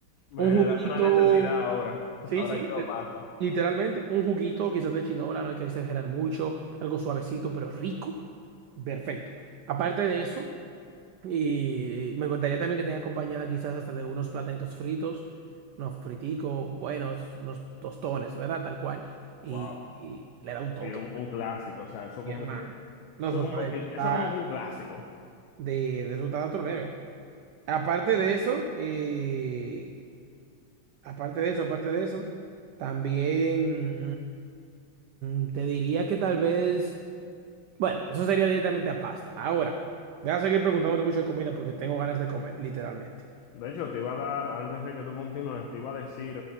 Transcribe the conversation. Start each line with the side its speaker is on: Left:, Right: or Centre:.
Left: Me
Right: Un
Left: generaste
Right: juguito.
Left: una necesidad ahora.
Right: Sí,
Left: Ahora
Right: sí,
Left: quiero
Right: te-
Left: pasta.
Right: literalmente. Un juguito quizás de chinola, no hay que exagerar mucho, algo suavecito pero rico. Perfecto. Aparte de eso, y me encantaría también que tenga acompañada quizás hasta de unos platanitos fritos, unos friticos buenos, unos tostones, ¿verdad? Tal cual. Y,
Left: Wow.
Right: y le da un toque.
Left: Sí, un, un clásico, o sea, eso
Right: Mi
Left: como
Right: hermano.
Left: que,
Right: No,
Left: eso
Right: eso
Left: como
Right: está de, eso
Left: que,
Right: está
Left: eso como que un clásico.
Right: de, de, eso está a otro nivel. Aparte de eso, eh, Aparte de eso, aparte de eso, también mm, te diría que tal vez, bueno, eso sería directamente a pasta. Ahora, voy a seguir preguntándote mucho de comida porque tengo ganas de comer, literalmente.
Left: De hecho, te iba a dar, antes de que tú continúes, te iba a decir